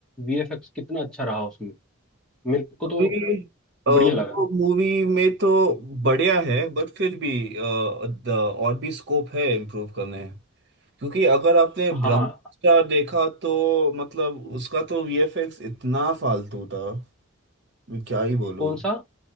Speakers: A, in the centre; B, on the right.
A: वीएफएक्स कितना अच्छा रहा उसमें मेरे को
B: अभी,
A: तो
B: अ,
A: बढ़िया
B: वो
A: लगा
B: मूवी में तो बढ़िया है बट फिर भी अ, द- और भी स्कोप है इम्प्रूव करने क्योंकि अगर आपने ब्रह्मास्त्र
A: हाँ
B: देखा तो मतलब उसका तो वीएफएक्स इतना फालतू था मैं क्या ही बोलूँ
A: कौन सा